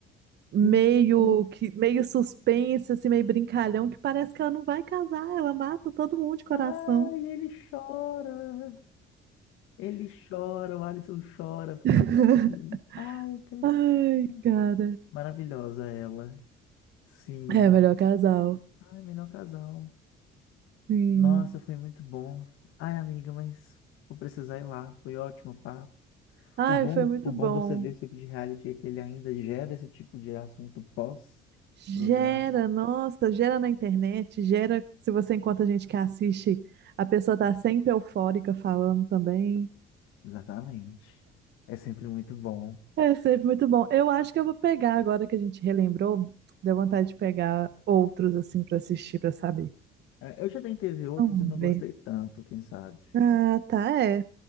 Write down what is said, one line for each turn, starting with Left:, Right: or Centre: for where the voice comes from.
Right: meio
Left: Hum, hum.
Right: que meio suspense, assim, meio brincalhão, que parece que ela não vai casar, ela mata todo mundo de coração.
Left: Ai, ele chora. Ele chora, o Alisson chora, porque
Right: <laughs>
Left: ela fala assim, ai, Cristina.
Right: Ai, cara.
Left: Maravilhosa ela. Sim.
Right: É, melhor casal.
Left: Ai, melhor casal.
Right: Sim.
Left: Nossa, foi muito bom. Ai, amiga, mas vou precisar ir lá. Foi ótimo o papo.
Right: Ai,
Left: O bom,
Right: foi
Left: do-
Right: muito
Left: o bom
Right: bom.
Left: do você ver esse tipo de reality é que ele ainda gera esse tipo de assunto pós-programa.
Right: Gera, nossa, gera na internet, gera se você encontra gente que assiste, a pessoa tá sempre eufórica falando também.
Left: Exatamente. É sempre muito bom.
Right: É sempre muito bom. Eu acho que eu vou pegar agora que a gente relembrou, deu vontade de pegar outros assim pra assistir, pra saber.
Left: É, Eu já tentei ver outros
Right: Vamos
Left: e não gostei
Right: ver.
Left: tanto, quem sabe.
Right: Ah, tá, é.